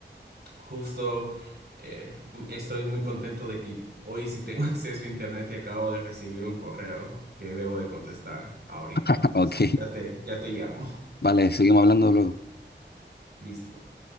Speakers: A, on the right; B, on the left.
A: justo eh, m- estoy muy contento de que hoy sí tengo <laughs> acceso a internet y acabo de recibir un correo que debo de contestar ahorita.
B: <laughs>
A: Entonces,
B: Ok,
A: ya te, ya te llamo.
B: vale, seguimos hablando luego.
A: <laughs> Listo.